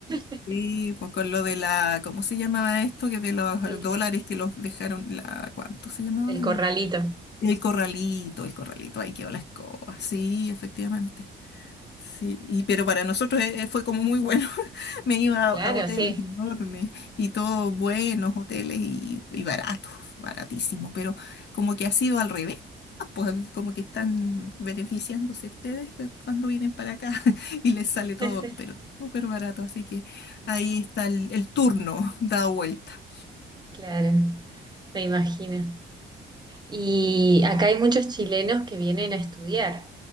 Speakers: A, on the right; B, on the left.
A: <laughs>
B: Sí, pues con lo de la, ¿cómo se llamaba esto? Que de los
A: El,
B: dólares que los dejaron, la, ¿cuánto se llamaba?
A: el
B: El,
A: corralito.
B: el corralito, el corralito, ahí quedó la escoba. Sí, efectivamente. Sí, y, pero para nosotros eh, fue como muy bueno. <laughs> Me iba
A: Claro,
B: a, a hoteles
A: sí.
B: enormes y todos buenos hoteles y, y baratos, baratísimo, pero como que ha sido al revés. Pues como que están beneficiándose ustedes de cuando vienen para acá <laughs> y les sale todo,
A: <laughs>
B: pero súper barato. Así que ahí está el, el turno <laughs> dado vuelta.
A: Claro, me imagino. Y acá hay muchos chilenos que vienen a estudiar,